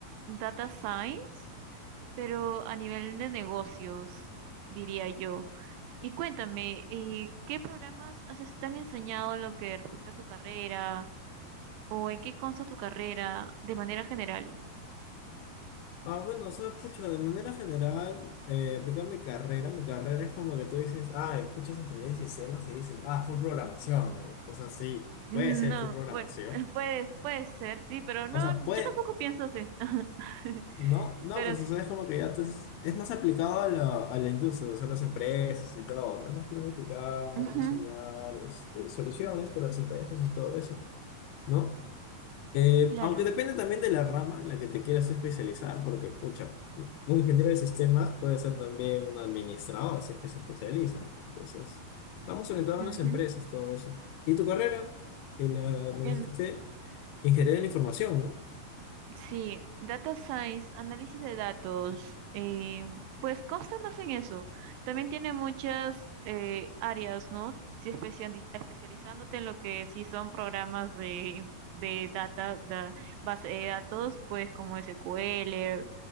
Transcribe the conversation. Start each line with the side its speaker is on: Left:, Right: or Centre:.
Right: data science, pero a nivel de negocios, diría yo. Y cuéntame, eh, ¿qué programas has, te han enseñado en lo que respecta a tu carrera o en qué consta tu carrera de manera general?
Left: Ah, bueno, o sea, pucha, de manera general, eh, aplicando mi carrera, mi carrera es como que tú dices, ah, escuchas ingeniería y sistemas y dices, ah, full programación, ¿no? O sea, sí,
Right: No,
Left: puede ser full programación.
Right: bueno, <laughs> puede, puede ser, sí, pero no,
Left: O sea, puede,
Right: yo tampoco pienso así. <laughs>
Left: No, no,
Right: Pero
Left: pues
Right: sí,
Left: o sea, es como que ya tú es, es más aplicado a la, a la industria, o sea, las empresas y todo, ¿no? es más planificar,
Right: ujú,
Left: diseñar este, soluciones para las empresas y todo eso, ¿no? Eh,
Right: claro.
Left: aunque depende también de la rama en la que te quieras especializar, porque, pucha, un ingeniero de sistemas puede ser también un administrador, si es que se especializa, ¿no? Entonces, vamos orientados
Right: ujú.
Left: a las empresas, todo eso. ¿Y tu carrera? Y la- me
Right: En-
Left: dijiste ingeniería de la información, ¿no?
Right: Sí, data science, análisis de datos, eh, pues consta más en eso. También tiene muchas eh, áreas, ¿no? Si especiali- especializándote en lo que sí son programas de, de data, da- base de datos, pues como S Q L,